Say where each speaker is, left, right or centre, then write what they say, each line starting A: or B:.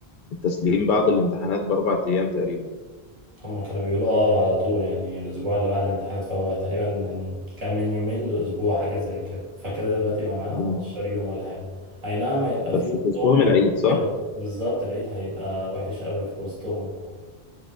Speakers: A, on the left; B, on the right.
A: التسليم بعد الامتحانات بأربع أيام تقريبا
B: هم كانوا بيقولوا اه على طول يعني الأسبوع اللي بعد الامتحانات فهو تقريبا من كان من يومين لأسبوع حاجة زي كده فكده دلوقتي بقى معانا
A: مم.
B: 15 يوم ولا حاجة أي نعم هيبقى
A: بس
B: في وسطهم
A: في وسطهم
B: عيد
A: العيد صح؟
B: كده بالظبط العيد هيبقى وحش قوي في وسطهم